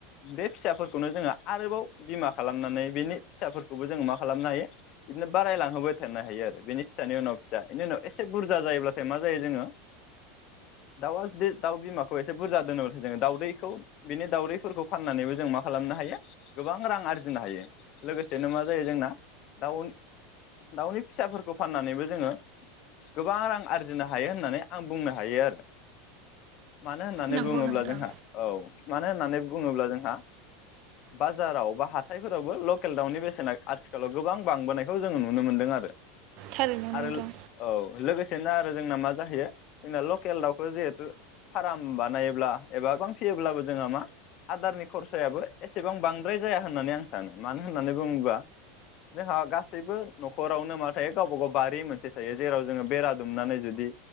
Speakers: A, on the left (about 50°); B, on the right (about 55°).
A: बे फिसाफोरखौनो जोङो आरोबाव बिमा खालामनानै बेनि फिसाफोरखौबो जोङो मा खालामनो हायो बिदिनो बारायलांहोबाय थानो हायो आरो बेनि फिसानि उनाव फिसा इनि उनाव एसे बुरजा जायोब्लाथाय मा जायो जोङो दाउआ जुदि दाउ बिमाखौ एसे बुरजा दोनोब्लाथाय जोङो दाउदैखौ बिनि दाउदैफोरखौ फाननानैबो जों मा खालामनो हायो गोबां रां आरजिनो हायो लोगोसेनो मा जायो जोंना दाउ उन दाउनि फिसाफोरखौ फाननानैबो जोङो गोबां रां आरजिनो हायो होननानै आं बुंनो हायो आरो। मानो होननानै
B: नंगौ
A: बुङोब्ला
B: नोंथां
A: जोंहा औ। मानो होननानै बुङोब्ला जोंहा बाजाराव बा हाथायफोरावबो लकेल दाउनि बेसेना आथिखालाव गोबां बांबोनायखौ जोङो नुनो मोन्दों आरो।
B: थारैनो
A: आरो
B: नुदों।
A: औ लोगोसेनो आरो जोंना मा जाहैयो जोंना लकेल दाउखौ जिहेथु फाराम बानायोब्ला एबा गोबां फियोब्लाबो जोंहा मा आदारनि खरसायाबो एसेबां बांद्राय जाया होननानै आं सानो मानो होननानै बुङोबा जोंहा गासैबो न'खरावनो मा थायो गावबा गाव बारि मोनसे थायो जेराव जोङो बेरा दुमनानै जुदि